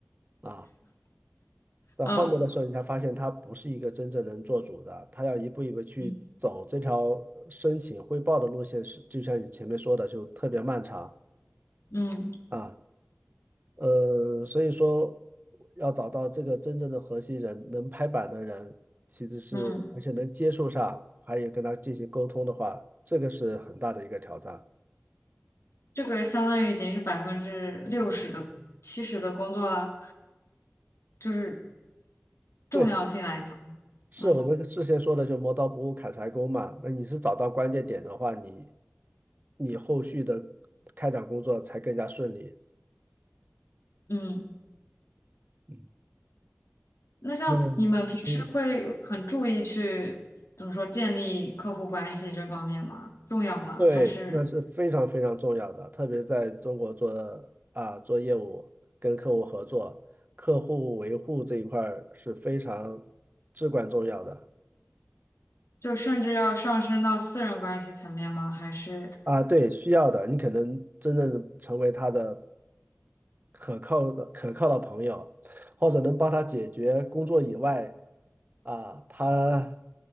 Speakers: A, on the right; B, on the left.
A: 啊。到后面的时候，
B: 嗯
A: 你才发现他不是一个真正能做主的，他要一步一步去走这条申请汇报的路线是，
B: 嗯
A: 就像你前面说的，就特别漫长
B: 嗯
A: 啊。呃，所以说要找到这个真正的核心人，能拍板的人，其实是而且能接受上，
B: 嗯，
A: 还有跟他进行沟通的话，这个是很大的一个挑战。
B: 这个相当于已经是百分之六十的、七十的工作了。就是重要性来讲，
A: 对，是我们之前说的，
B: 嗯
A: 就磨刀不误砍柴工嘛。那你是找到关键点的话，你你后续的开展工作才更加顺利。
B: 嗯，
A: 嗯
B: 那像你们平时会很注意去怎么说建立客户关系这方面吗？
A: 嗯，嗯
B: 重要吗？
A: 对，
B: 还是
A: 那是非常非常重要的，特别是在中国做啊做业务，跟客户合作，客户维护这一块儿是非常至关重要的
B: 就甚至要上升到私人关系层面吗？还是
A: 啊。对，需要的，你可能真正成为他的可靠的可靠的朋友，或者能帮他解决工作以外啊，他